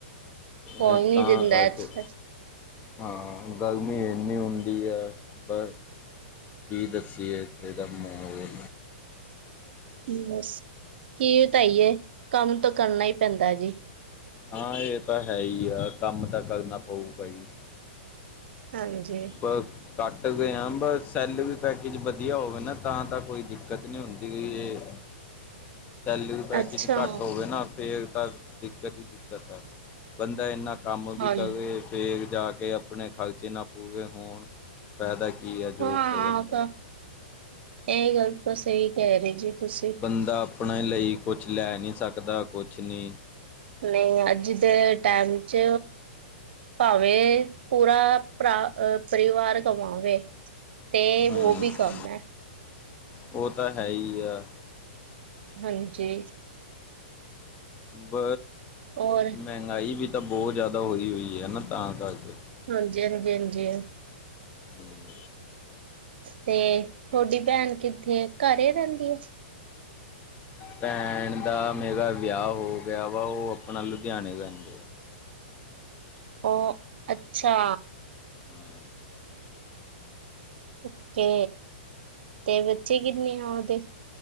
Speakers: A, on the right (about 65°); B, on the left (about 25°).
A: ਕੌਣ
B: ਇਹ
A: ਨੀ
B: ਤਾਂ
A: ਦਿੰਦਾ
B: ਕਰਕੇ
A: ਇੱਥੇ
B: ਹਾਂ। ਗਰਮੀ ਇਨੀ ਹੁੰਦੀ ਹੈ ਬਸ ਕੀ ਦੱਸੀਏ ਇਹਦਾ ਮਾਹੌਲ
A: ਬਸ ਕੀ ਵਤਾਈਏ ਕੰਮ ਤੋਂ ਕਰਨਾ ਹੀ ਪੈਂਦਾ ਜੀ।
B: ਹਾਂ ਇਹ ਤਾਂ ਹੈ ਹੀ ਆ ਕੰਮ ਤਾਂ ਕਰਨਾ ਪਊਗਾ ਈ।
A: ਹਾਂਜੀ।
B: ਬ ਕੱਟ ਰੇ ਆ ਬਸ ਸੈੱਲ ਵੀ ਪੈਕੇਜ ਵਧੀਆ ਹੋਵੇ ਨਾ ਤਾਂ ਤਾਂ ਕੋਈ ਦਿੱਕਤ ਨਹੀਂ ਹੁੰਦੀ ਇਹ ਸੈਲਰੀ ਪੈਕੇਜ
A: ਅੱਛਾ
B: ਘੱਟ ਹੋਵੇ ਨਾ ਫਿਰ ਤਾਂ ਦਿੱਕਤ ਹੀ ਦਿੱਕਤ ਹੈ ਬੰਦਾ ਇੰਨਾ ਕੰਮ ਵੀ
A: ਹਾਂ
B: ਕਰੇ ਫੇਰ ਜਾ ਕੇ ਆਪਣੇ ਖਰਚੇ ਨਾ ਪੂਰੇ ਹੋਣ ਫੈਦਾ ਕੀ ਹੈ ਜੋਬ
A: ਹਾਂ
B: ਕਰਨ ਦਾ।
A: ਤਾਂ ਇਹ ਗੱਲ ਤਾਂ ਸਹੀ ਕਹਿ ਰਹੀ ਜੀ। ਤੁਸੀਂ
B: ਬੰਦਾ ਆਪਣੇ ਲਈ ਕੁਛ ਲੈ ਨਹੀਂ ਸਕਦਾ ਕੁਛ ਨਹੀਂ
A: ਨਹੀਂ, ਅੱਜ ਦੇ ਟਾਈਮ ਚ। ਭਾਵੇਂ ਪੂਰਾ ਭਰਾ ਅਹ। ਪਰਿਵਾਰ ਕਮਾਵੇ ਤੇ
B: ਹੂੰ।
A: ਵੋ <unintelligible> ਵੀ ਕੰਮ ਹੈ। <unintelligible>
B: ਉਹ ਤਾਂ ਹੈ ਹੀ ਆ।
A: ਹਾਂਜੀ
B: ਬ
A: ਔਰ
B: ਮਹਿੰਗਾਈ ਵੀ ਤਾਂ। ਤਾਂ ਬਹੁਤ ਜ਼ਿਆਦਾ ਹੋਈ ਹੋਈ ਹੈ ਨਾ ਤਾਂ ਕਰਕੇ।
A: ਹਾਂਜੀ ਹਾਂ ਜੀ ਹਾਂ ਜੀ।
B: ਹੂੰ।
A: ਤੇ ਤੁਹਾਡੀ ਭੈਣ ਕਿੱਥੇ ਘਰੇ ਰਹਿੰਦੀ ਆ?
B: ਭੈਣ ਦਾ ਮੇਰਾ ਵਿਆਹ ਹੋ ਗਿਆ ਵਾ ਉਹ ਆਪਣਾ ਲੁਧਿਆਣੇ ਰਹਿੰਦੇ ਆ।
A: ਉਹ ਅੱਛਾ।
B: ਹਾਂ
A: ਓਕੇ ਤੇ ਬੱਚੇ ਕਿੰਨੇ ਆ ਉਹਦੇ?